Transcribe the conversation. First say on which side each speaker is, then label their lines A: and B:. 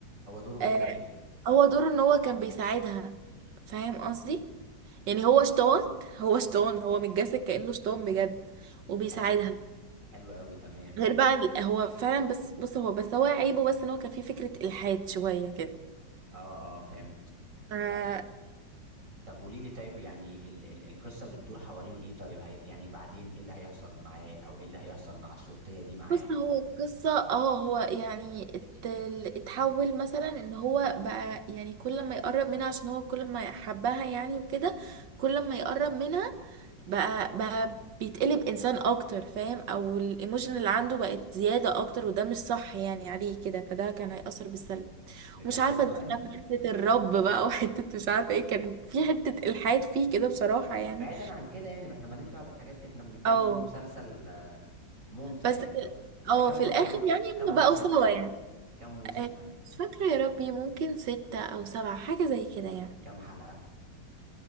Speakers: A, on the right (about 45°); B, on the right (about 75°).
A: هو دوره
B: آه
A: ايه طيب
B: هو دوره ان هو كان بيساعدها فاهم قصدي؟ يعني
A: بس
B: هو شطان هو شطان هو متجسد كأنه شطان بجد وبيساعدها
A: حلو حلو قوي تمام
B: غير بقى ال- هو فعلا بس بص هو بس هو عيبه بس ان هو كان فيه فكرة إلحاد شوية
A: اه اه فهمت
B: كده
A: بقى طب قولي لي طيب يعني ال ال القصه بتدور حوالين ايه طيب هي يعني بعدين ايه اللي هيحصل معاه او ايه اللي هيحصل مع الشرطيه دي معاه
B: بص هو القصة اه هو يعني ات- اتحول مثلا ان هو بقى يعني كل ما يقرب منها عشان هو كل ما يحبها يعني وكده كل ما يقرب منها بقى بقى بيتقلب انسان اكتر فاهم او الايموشن اللي عنده بقت زيادة اكتر وده مش صح يعني عليه كده فده كان هيأثر بالسلب
A: بجد
B: مش عارفة
A: والله
B: دخلنا في حتة الرب بقى <laughs> وحتة مش عارفة ايه كان في حتة الحاد فيه كده بصراحة يعني
A: بعيدا عن كده يعني احنا مالناش دعوه بالحاجات دي احنا بنتكلم
B: اه
A: ان هو مسلسل آه، ممتع
B: بس
A: يعني
B: في ال-
A: طب ده
B: اه
A: كم
B: في الاخر
A: كم
B: يعني
A: كم موسم
B: هم بقوا سوا
A: طيب
B: يعني
A: كم موسم
B: آه،
A: طيب
B: مش فاكرة يا ربي ممكن ستة أو سبعة حاجة زي كده يعني
A: كم حلقه